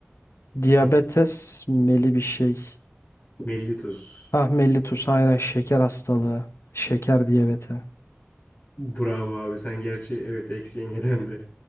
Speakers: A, on the left; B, on the left.
A: diyabetes
B: Hı,
A: meli bir şey.
B: mellitus.
A: Ah mellitus aynen şeker hastalığı. Şeker diyabeti.
B: Bravo abi sen gerçi evet eksi yengeden de